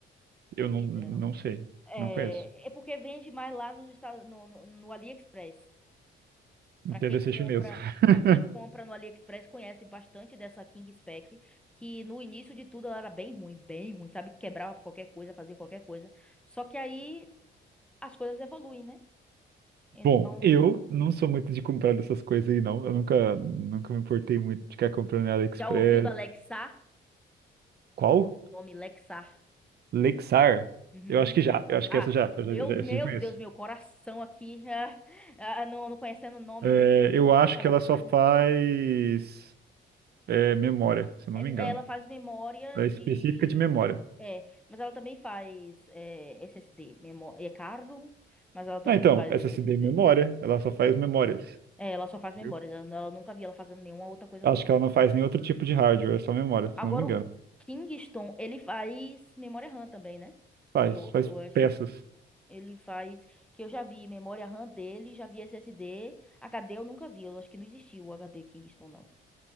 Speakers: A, on the right; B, in the centre.
A: eu
B: que
A: não,
B: fizeram.
A: não sei,
B: É,
A: não conheço.
B: é porque vende mais lá nos Estados, no, no, no AliExpress. Para
A: Entenda
B: quem compra,
A: ser chinesa. <laughs>
B: para quem compra no AliExpress conhece bastante dessa King Spec, que no início de tudo ela era bem ruim, bem ruim, sabe? Quebrava qualquer coisa, fazia qualquer coisa. Só que aí as coisas evoluem, né? Então,
A: Bom, eu não sou muito de comprar dessas coisas aí, não. Eu nunca, nunca me importei muito de ficar comprando na AliExpress.
B: já ouviu da Lexar?
A: Qual?
B: O nome Lexar.
A: Lexar?
B: Uhum.
A: Eu acho que já, eu acho
B: Ah,
A: que essa já, eu
B: meu,
A: já, já-
B: meu
A: essa eu já conheço.
B: Deus, meu coração aqui, <laughs> ah, ah, não, não conhecendo o nome
A: É,
B: de,
A: eu
B: de marca
A: acho que
B: das
A: ela
B: coisas.
A: só faz é, memória, se eu
B: É,
A: não me engano.
B: Ela faz memória
A: Ela
B: de.
A: é específica de memória.
B: É, mas ela também faz é, SSD. Memó... É caro, mas ela também
A: Ah, então,
B: faz
A: SSD
B: SSD.
A: memória, ela só faz memórias.
B: É, ela só faz memórias.
A: Entendeu?
B: Eu, eu nunca vi ela fazendo nenhuma outra coisa
A: Acho
B: sem ser
A: que ela
B: memória.
A: não faz nenhum outro tipo de hardware, é só memória,
B: Agora,
A: se eu não me engano.
B: o Kingston, ele faz memória RAM também, né?
A: Faz,
B: Eu,
A: faz
B: eu acho.
A: peças.
B: Ele faz. Que eu já vi memória RAM dele, já vi SSD. HD eu nunca vi. Eu acho que não existia o HD Kingston, não.